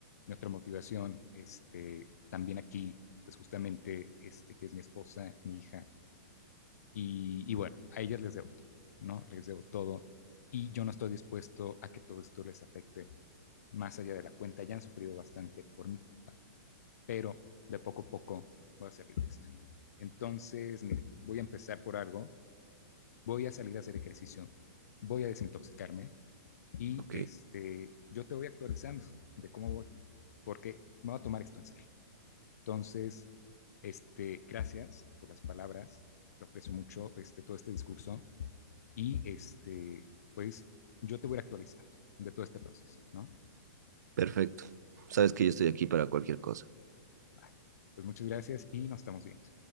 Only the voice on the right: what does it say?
Ok,
perfecto. Sabes que yo estoy aquí para cualquier cosa.